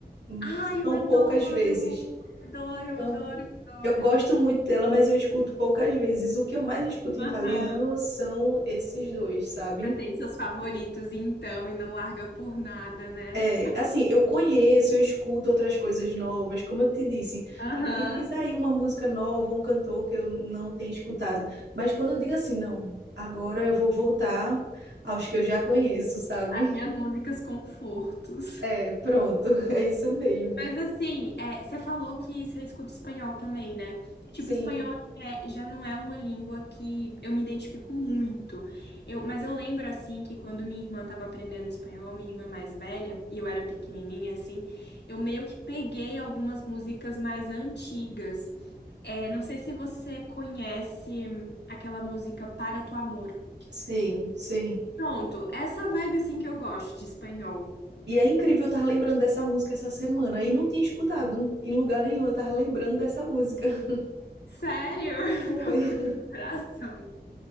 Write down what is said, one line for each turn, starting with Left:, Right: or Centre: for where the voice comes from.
Right: hum,
Left: Ai,
Right: são
Left: eu adoro!
Right: poucas vezes.
Left: Adoro, eu
Right: São
Left: adoro, eu adoro.
Right: Eu gosto muito dela, mas eu escuto poucas vezes. O que eu mais escuto
Left: Aham.
Right: em italiano são esses dois, sabem?
Left: Você tem seus favoritos, então, e não larga por nada, né?
Right: É, assim, eu conheço, eu escuto outras coisas novas, como eu te disse.
Left: Aham.
Right: É, Me diz aí uma música nova, um cantor que eu não tenho escutado. Mas quando eu digo assim, não, agora eu vou voltar aos que eu já conheço, sabe?
Left: As minhas músicas confortos.
Right: É, pronto, <laughs> é isso mesmo.
Left: Mas assim, é, você falou que você escuta espanhol também, né? Tipo,
Right: Sim,
Left: espanhol é, já não é uma língua que eu me identifico muito. Eu, mas eu lembro, assim, que quando minha irmã estava aprendendo espanhol, minha irmã mais velha, e eu era pequenininha, assim, eu meio que peguei algumas músicas mais antigas. É, não sei se você conhece aquela música Para Tu Amor.
Right: sim,
Left: que-
Right: sim.
Left: Pronto, essa vibe, assim, que eu gosto de espanhol.
Right: E é incrível, eu tava lembrando dessa música essa semana e não tinha escutado em lugar nenhum, eu tava lembrando dessa música. <laughs>
Left: Sério?
Right: Foi.
Left: <laughs> Tô com o coração.